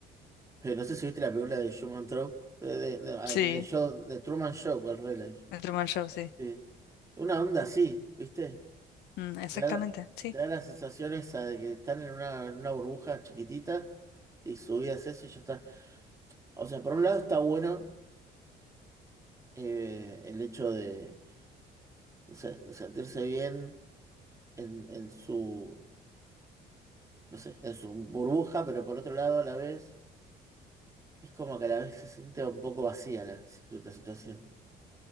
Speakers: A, on the right; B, on the left.
A: eh, no sé si viste la película de Truman Show, de, de, de- al-
B: Sí,
A: de show, de Truman Show, al revés la dije.
B: el Truman Show, sí.
A: Eh, una onda así, ¿viste?
B: Mm, exactamente,
A: Te da,
B: sí.
A: te da las sensaciones de que están en una, en una burbuja chiquitita y su vida es eso y ya está. O sea, por un lado está bueno eh, el hecho de, no sé, de sentirse bien en, en su, no sé, en su burbuja, pero por otro lado a la vez es como que a la vez se siente un poco vacía la, la situación.